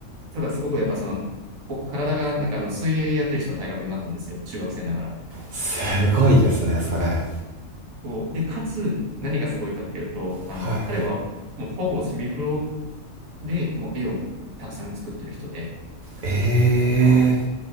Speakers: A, on the right; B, on the right.
A: ただすごくやっぱその、こ体がなんかあの水泳やってる人の体格になってるんですよ。中学生ながら。
B: すごいですねそれ
A: そう。で、かつ、何がすごいかっていうと、あの、
B: はい
A: 彼はもうほぼセミプロでもう絵をたくさん作ってる人で、
B: ええ
A: なんか、